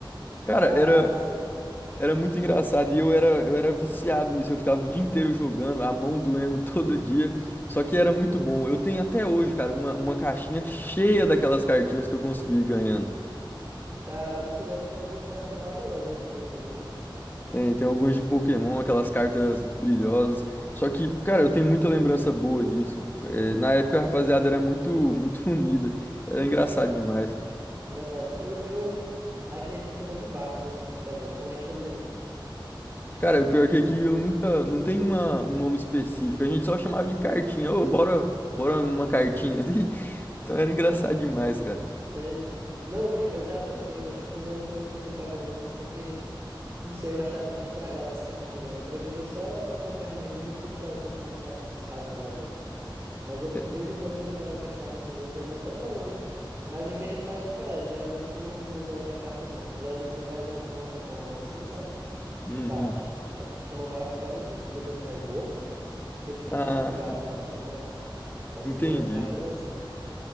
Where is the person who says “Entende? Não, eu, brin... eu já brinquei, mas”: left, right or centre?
Right